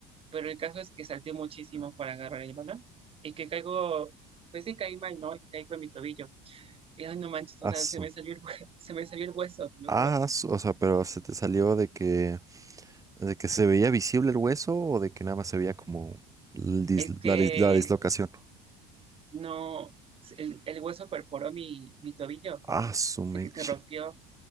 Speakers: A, on the right; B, on the right.
A: pero el caso es que salté muchísimo para agarrar el balón y que caigo, pues sí caí mal, ¿no? Y caigo en mi tobillo. Y ay, no manches,
B: Aso.
A: o sea, se me salió el, hue- <laughs> se me salió el hueso, te lo
B: Ah,
A: juro.
B: aso, o sea, pero se te salió de que, de que se veía visible el hueso o de que nada más se veía como el dis-
A: Es que
B: la, dis- la dislocación.
A: no, el, el hueso perforó mi, mi tobillo,
B: Ah, su mecha.
A: de que se rompió